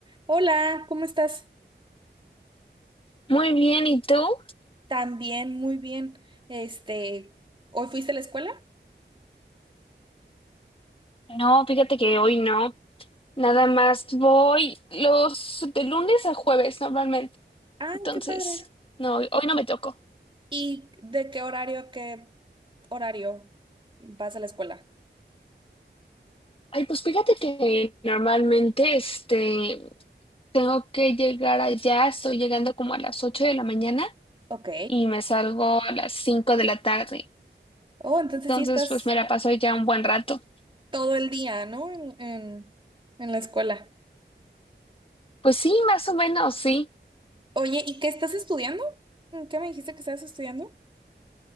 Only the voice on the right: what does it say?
Hola, ¿cómo estás?
También, muy bien. Este, ¿hoy fuiste a la escuela?
Ah,
qué padre.
¿Y de qué horario a qué horario vas a la escuela?
Ok.
Oh, entonces
sí estás
todo el día, ¿no? En, en, en la escuela.
Oye, ¿y qué estás estudiando? ¿Qué me dijiste que estabas estudiando?